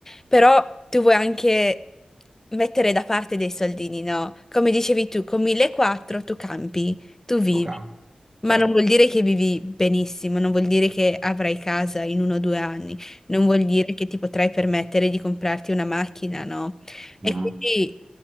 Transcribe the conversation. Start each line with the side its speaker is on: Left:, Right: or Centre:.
Left: però tu vuoi anche mettere da parte dei soldini, no? Come dicevi tu, con 1400 tu campi, tu vivi,
Right: Ok,
Left: ma
Right: certo.
Left: non vuol dire che vivi benissimo, non vuol dire che avrai casa in uno o due anni, non vuol dire che ti potrai permettere di comprarti una macchina, no? E
Right: Mhm.
Left: quindi